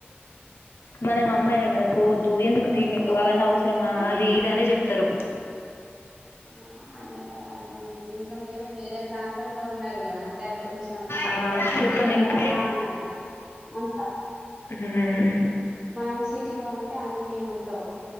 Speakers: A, on the left; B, on the right.
A: మనం మా అమ్మాయి దగ్గర పోవొద్దు ఎందుకు తీనిదు అవనా అవసరమా అది ఇది అనే చెప్తారు
B: ఆ అనే వాళ్ళంటనే ఉంటరు ఇంకా మీరు వేరే ప్రాంతంలో ఉన్నారుగా అంటే అది కొంచెం
A: ఆ
B: సిటీ
A: చెప్పండి
B: కదా
A: ఇంక
B: అలా అన్నారు అంతా
A: హ్మ్
B: మనం సి టిలో ఉంటే అన్నీ ఉండవ్